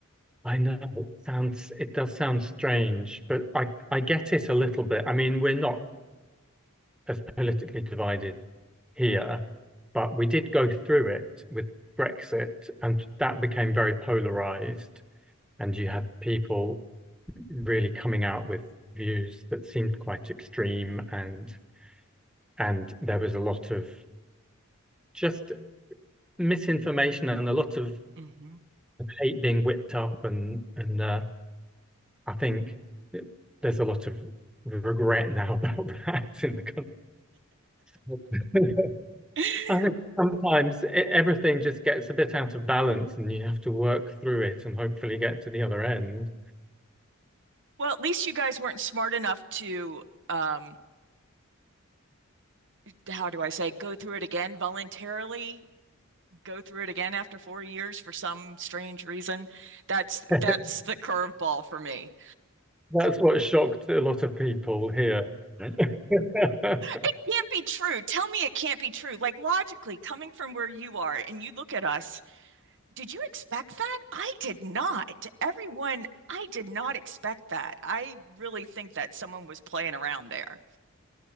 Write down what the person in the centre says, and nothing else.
I know it sounds it does sound strange, but I I get it a little bit. I mean, we're not as politically divided here, but we did go through it with Brexit, and that became very polarized, and you had people really coming out with views that seemed quite extreme, and and there was a lot of just misinformation and a lot of
hate being whipped up and and uh, I think th- there's a lot of regret now <laughs> about that in the country.
<laughs> I think sometimes e- everything just gets a bit out of balance and you have to work through it and hopefully get to the other end.
<laughs>
That's what shocked a lot of people here. <laughs>